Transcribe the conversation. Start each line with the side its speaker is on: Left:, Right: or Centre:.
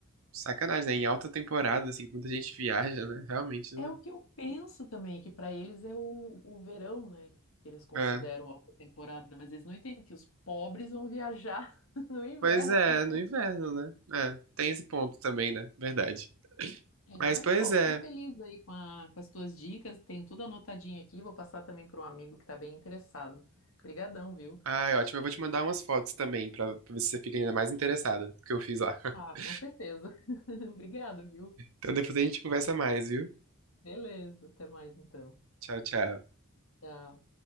Right: sacanagem, né? Em alta temporada, assim, que muita gente viaja, né? Realmente não.
Left: É o que eu penso também, que para eles é o, o verão, né? Que eles consideram
Right: É.
Left: alta temporada, mas eles não entendem que os pobres vão viajar <laughs> no inverno.
Right: Pois é, no inverno, né? É, tem esse ponto também, né? Verdade.
Left: É,
Right: Mas
Left: mas,
Right: pois
Left: pô,
Right: é.
Left: fiquei feliz aí com, a- com as tuas dicas, tenho tudo anotadinho aqui, vou passar também para um amigo que tá bem interessado. Obrigadão, viu?
Right: Ai, ótimo. Eu vou te mandar umas fotos também, pra, pra ver se você fica ainda mais interessada do que eu fiz lá. <laughs>
Left: Ah, com certeza. <laughs> Obrigada, viu?
Right: Então depois a gente conversa mais, viu?
Left: Beleza, até mais então.
Right: Tchau, tchau.
Left: Tchau.